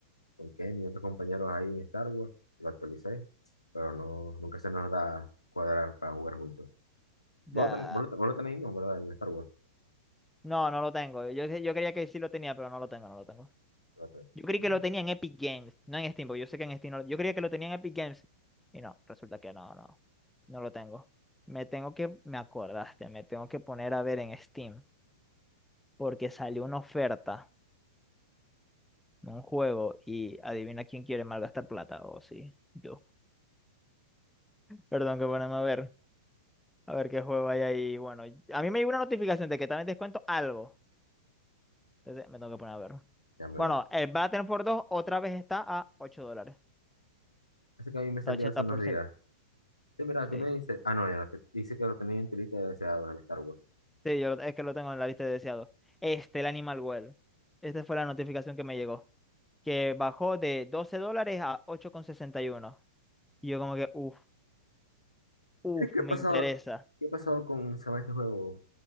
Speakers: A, on the left; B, in the centre.
A: con Ken y otros compañeros ahí en Star Wars. Lo actualicé, pero no, nunca se nos da cuadrar para jugar juntos.
B: Da.
A: Vos lo, ten- vos lo te- vos lo tenéis, ¿no? ¿Verdad? El Star Wars.
B: No, no lo tengo. Yo, yo creía que sí lo tenía, pero no lo tengo, no lo tengo.
A: Lo tenés.
B: Yo creí
A: Mm,
B: que lo tenía en Epic Games, no en Steam, porque yo sé que en Steam no lo- Yo creía que lo tenía en Epic Games. Y no, resulta que no, no, no lo tengo. Me tengo que, me acordaste, me tengo que poner a ver en Steam, porque salió una oferta, de un juego, y adivina quién quiere malgastar plata, o sí. yo Perdón que ponerme a ver, a ver qué juego hay ahí. Bueno, a mí me llegó una notificación de que también descuento algo. Entonces me tengo que poner a ver.
A: déjame
B: Bueno,
A: ver.
B: el Battlefield dos otra vez está a 8 dólares.
A: Así que a mí me
B: Está
A: salió
B: 80%.
A: hace unos días. Sí, mira, ¿qué
B: Sí,
A: me
B: sí,
A: dice? Ah, no, ya, no, te- dice que lo tenéis en tu lista de deseados, el Star Wars.
B: Sí, yo lo- es que lo tengo en la lista de deseados. Este, el Animal Well. Esta fue la notificación que me llegó. Que bajó de 12 dólares a ocho coma sesenta Y uno y yo como que, uff, uff,
A: ¿Pero ¿Qué
B: me
A: ha pasado?
B: interesa.
A: ¿Qué ha pasado con, se llama este juego?